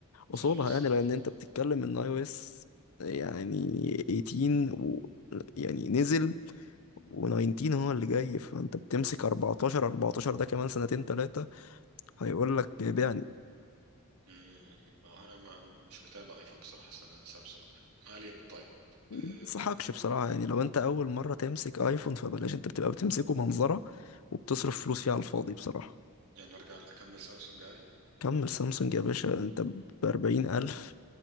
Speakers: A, on the right; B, on the left.
A: خلاص
B: اصولها يعني لان
A: طب
B: انت بتتكلم ان اي او اس يعني 18 و يعني نزل و19 هو اللي جاي فانت بتمسك 14 14 ده كمان سنتين ثلاثه هيقول لك بيعني
A: مم، ما هو انا ما مش متابع ايفون بصراحه بس انا سامسونج ما علينا طيب
B: ما
A: أه
B: انصحكش بصراحه يعني لو انت اول مره تمسك ايفون فبلاش انت بتبقى بتمسكه منظره وبتصرف فلوس فيه على الفاضي بصراحه
A: يعني ارجع اكمل سامسونج عادي
B: كمل سامسونج يا باشا انت ب 40000